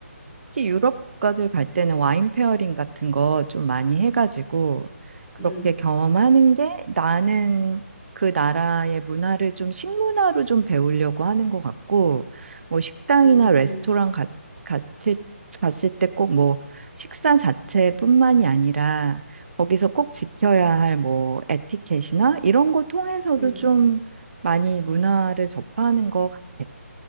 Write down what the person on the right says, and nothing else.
특히 유럽 국가들 갈 때는 와인 페어링 같은 거 좀 많이 해가지고 그렇게
경험하는 게 나는 그 나라의 문화를 좀 식문화로 좀 배우려고 하는 것 같고 뭐 식당이나
레스토랑
갔, 갔을, 갔을 때 꼭 뭐 식사 자체뿐만이 아니라 거기서 꼭 지켜야 할 뭐 에티켓이나 이런 거 통해서도
좀 많이 문화를 접하는 것 같아.